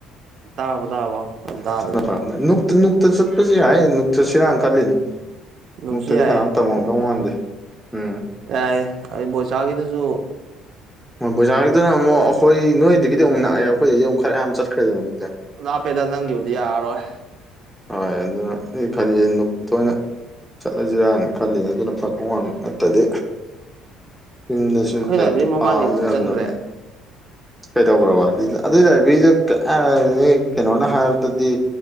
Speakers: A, on the right; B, in the centre.
A: ꯇꯥꯔꯕꯣ ꯇꯥꯔꯕꯣ ꯐꯖꯅ
B: <unintelligible>
A: ꯇꯥꯗ꯭ꯔꯦ
B: ꯅꯨꯛꯇ ꯅꯨꯛꯇ ꯆꯠꯄꯁꯨ ꯌꯥꯏ ꯅꯨꯡꯛꯇ ꯆꯁꯤꯔꯥꯅ ꯈꯜꯂꯤꯅꯦ
A: ꯑꯗꯨꯝꯁꯨ
B: ꯅꯨꯛꯇꯗꯤ
A: ꯌꯥꯏꯌꯦ
B: ꯀꯅꯥꯝ ꯇꯝꯃꯝꯗꯧ ꯃꯥꯟꯗꯦ ꯎꯝ
A: ꯌꯥꯏꯌꯦ ꯑꯥ ꯕꯣꯏꯆꯥꯥꯒꯤꯗꯨꯁꯨ
B: ꯍꯣꯏ ꯕꯣꯏꯆꯥꯒꯤꯗꯅ ꯑꯃꯨꯛ ꯑꯈꯣꯏ ꯅꯣꯏꯗꯒꯤꯗꯤ ꯑꯃꯨꯛ ꯅꯛꯑꯦ ꯑꯩꯈꯣꯏꯗꯩꯗꯤ ꯑꯃꯨꯛ ꯈꯔ ꯌꯥꯝ ꯆꯠꯈ꯭ꯔꯦꯗꯅ ꯗꯨꯗꯤ
A: ꯂꯥꯞꯄꯦꯗ ꯅꯪꯒꯤꯕꯨꯗꯤ ꯌꯥꯔꯔꯣꯏ
B: ꯍꯣꯏ ꯑꯗꯨꯅ ꯑꯩꯅ ꯈꯂꯤꯁꯦ ꯅꯨꯛꯇ ꯑꯣꯏꯅ ꯆꯠꯂꯁꯤꯔꯅ ꯈꯜꯂꯤ ꯑꯗꯨꯅ ꯐꯗꯧ ꯃꯥꯟꯕ ꯅꯠꯇꯗꯤ ꯌꯨꯝꯗꯁꯨ
A: ꯑꯩꯈꯣꯏ
B: ꯂꯥꯏꯔꯤꯛꯇꯣ
A: ꯂꯥꯏꯕ꯭ꯔꯦꯔꯤ ꯃꯃꯥꯡꯒꯤꯗꯤ
B: ꯄꯥꯕꯗꯣ
A: ꯊꯨꯞꯆꯟꯈ꯭ꯔꯦ
B: ꯉꯝꯗꯝꯅꯤꯅ ꯀꯩꯗꯧꯒ꯭ꯔꯕ ꯑꯗꯨꯏ ꯂꯥꯏꯕ꯭ꯔꯦꯔꯤꯗꯣ ꯀ ꯑꯥ ꯅꯣꯏ ꯀꯩꯅꯣꯅ ꯍꯥꯏꯕꯗꯗꯤ